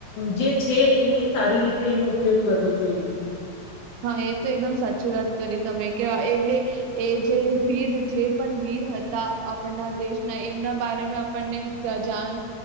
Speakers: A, on the left; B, on the right.
A: જે છે એને સારી રીતે એનો ઉપયોગ કરવો જોઈએ.
B: હા એ તો એકદમ સાચી વાત કરી તમે કે એમને એ જે વીર જે પણ વીર હતા આપના દેશના એમના બારેમા આપણને જાણ